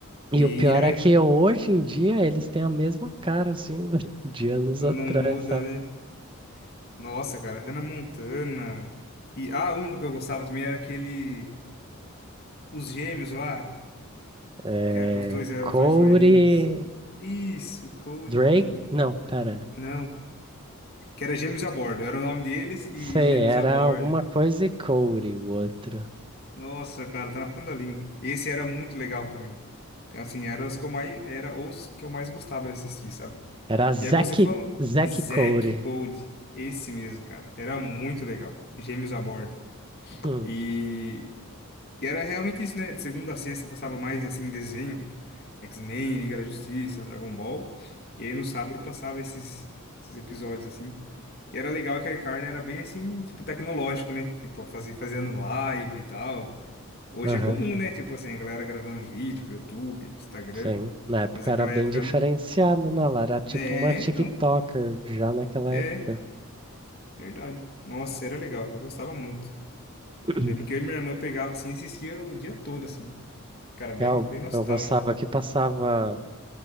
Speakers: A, on the left; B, on the right.
A: E,
B: E o pior
A: e era.
B: é que hoje em dia eles têm a mesma cara, assim, <laughs> do- de anos
A: Não
B: atrás,
A: muda,
B: sabe?
A: né? Nossa, cara, Hannah Montana. E, ah, um que eu gostava também era aquele. Os gêmeos lá,
B: É,
A: que é- os dois eram
B: Corey,
A: os dois loirinhos. Isso, Cody.
B: Drake, não, pera.
A: Não, que era Gêmeos a Bordo. Era o nome deles e,
B: Sei,
A: e Gêmeos
B: era
A: a Bordo.
B: alguma coisa e Corey, o outro.
A: Nossa, cara, tá na ponta da língua. Esse era muito legal também. Então, assim, era os que eu mais, era os que eu mais gostava de assistir, sabe?
B: Era Zack,
A: E aí que você falou,
B: Zack
A: Zack
B: Corey.
A: Code, esse mesmo, cara. Era muito legal. Gêmeos a bordo.
B: Hum,
A: E, e era realmente isso, né? De segunda a sexta passava mais, assim, desenho, tipo X-Men, Liga da Justiça, Dragon Ball. E aí no sábado passava esses, esses episódios, assim. E era legal que a iCarly era bem, assim, tipo, tecnológico, né? Tipo, fazer fazendo live e tal. Hoje
B: Aham,
A: é comum, né? Tipo assim, a galera gravando vídeo pro YouTube, Instagram.
B: sim. Na época
A: Mas naquela
B: era bem
A: época.
B: diferenciado, né? Ela era tipo
A: É,
B: uma TikToker
A: então.
B: já naquela
A: É,
B: época.
A: verdade. Nossa, era legal. Eu gostava muito.
B: <clears throat>
A: Eu lembro que eu e minha irmã pegava assim e assistia o dia todo, assim. Cara, bem,
B: Eu,
A: bem nostálgico.
B: eu gostava que passava.